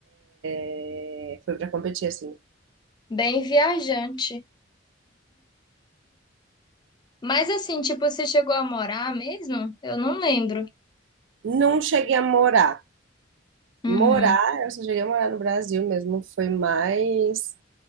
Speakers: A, on the right; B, on the left.
A: É, foi para competir, assim.
B: Bem viajante. Mas assim, tipo, você chegou a morar mesmo? Eu não lembro.
A: Não cheguei a morar.
B: Uhum.
A: Morar, eu só cheguei a morar no Brasil mesmo, foi mais.